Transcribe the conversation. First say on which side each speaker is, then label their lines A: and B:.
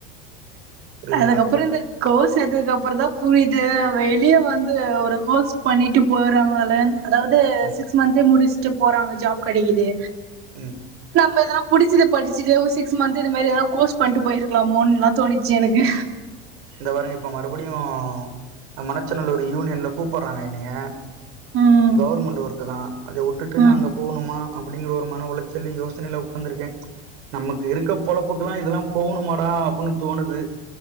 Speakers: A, on the right (about 75°); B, on the right (about 45°).
A: புரியுதுங்களா
B: அதுக்கப்பறொ இந்த கோர்ஸ் சேத்ததுக்கு அப்பறந்தா புரியி இது வெளிய வந்து ஒரு கோர்ஸ் பண்ணிட்டு போறாங்கள அதாவது
A: ம்
B: சிக்ஸ் மந்தே முடிஷ் டு போறாங்க ஜாப் கடக்கிது
A: ம்
B: ப்ப தான் புடிச்சிதுப் படிச்சுட்டு ஒரு சிக்ஸ் மந்த் இது மேரி எதா கோர்ஸ் பண்ட்டு போயிருக்லாமோன்லான் தோணிச்சு எனக்கு
A: இந்த வாறொம் இப்ப மறுபடியும் மனச்சநல்லூர் யூனியன்ல கூப்பற்றாங்க என்னய
B: ம்
A: கவுர்மண்டு ஒர்க்கு தான் அத உட்டுட்டு
B: ம்
A: நா அங்க போவுணுமா அப்புடிங்குற ஒரு மன உளச்சலே யோசனைல ஒக்காந்துருக்கேன் நம்மக்கு இருக்க பொழப்புக்குலாம் இதல்லாம் போவுணுமாடா அப்புன்னு தோணுது